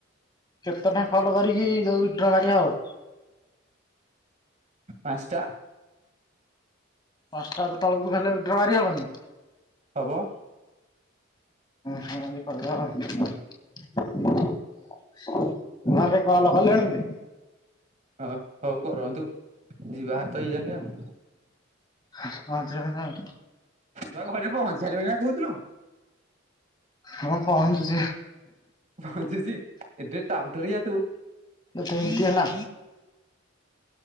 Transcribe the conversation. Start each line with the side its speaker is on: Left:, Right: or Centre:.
Left: କେତେ ଟା କଲ କରିକି ଯୋଉ ଉଡ୍ର ମାରି ହବ?
Right: ପାଞ୍ଚ ଟା।
Left: ପାଞ୍ଚଟା ରୁ ତଳକୁ ହେଲେ ୱିଡ୍ର ମାରି ହବନି?
Right: ହବ।
Left: ହେନ୍ତି କରିବା ଆଉ। <unintelligible> ଘରେ କଲ କଲେଣି ବେ।
Right: ହଁ ହଉ କରନ୍ତୁ ଯିବା ଭାରି ତ ଏଇଜକେ ଆଉ।
Left: <unintelligible>
Right: ତୁ ଘରେ ପହଞ୍ଚିବା କହୁଥିଲୁ?
Left: ହଁ ପହଞ୍ଚୁଚି।
Right: ପହଞ୍ଚୁଚି। ଏତେ ଟାଉଟରିଆ ତୁ।
Left: <unintelligible> ହେଲା।